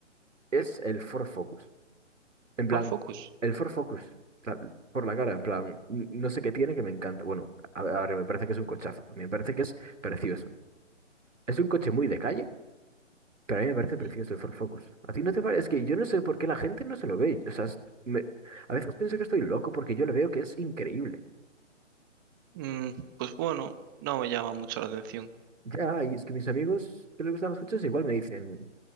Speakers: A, on the right (about 80°); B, on the right (about 15°).
A: es el Ford Focus. En plan,
B: ¿Por Focus?
A: el Ford Focus, la- por la cara, en plan, n- no sé qué tiene que me encanta. Bueno, a ver, a ver, me parece que es un cochazo. A mí me parece que es precioso. Es un coche muy de calle, pero a mí me parece precioso
B: Mm.
A: el Ford Focus. ¿A ti no te parece? Es que yo no sé por qué la gente no se lo ve. O sea, es- me- a veces pienso que estoy loco porque yo le veo que es increíble.
B: Mm, pues bueno, no me llama mucho la atención.
A: Ya, y es que mis amigos que les gustan los coches igual me dicen,